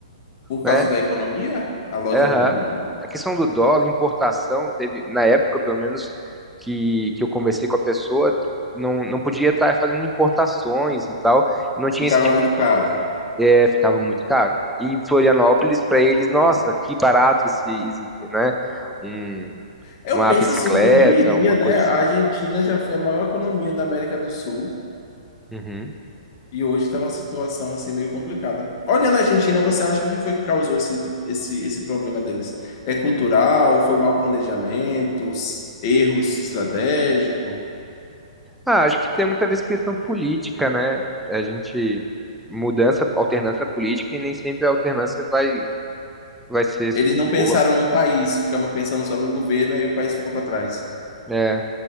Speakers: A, on the left; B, in the centre.
A: Por
B: né?
A: causa da economia, a loja
B: Aham.
A: não, não-
B: A questão do dólar, importação, teve, na época, pelo menos, que, que eu conversei com a pessoa, não, não podia estar fazendo importações e tal, e não tinha
A: ficava
B: esse tipo
A: muito
B: de.
A: caro.
B: É, ficava muito caro. E em Florianópolis, para eles, nossa, que barato esse, esse, né? Um,
A: Eu
B: uma
A: penso
B: bicicleta,
A: assim, quem diria,
B: uma
A: né?
B: coisa
A: A
B: assim.
A: Argentina já foi a maior economia da América do Sul
B: Uhum.
A: e hoje está numa situação assim meio complicada. Olhando a Argentina, você acha o que foi que causou esse, esse, esse problema deles? É cultural? Foi mau planejamento? Erros estratégicos?
B: Ah, acho que tem muita vez questão política, né? A gente. Mudança, alternância política, e nem sempre a alternância vai, vai ser
A: Eles
B: boa.
A: não pensaram num país, ficavam pensando só no governo, aí o país ficou para trás.
B: É.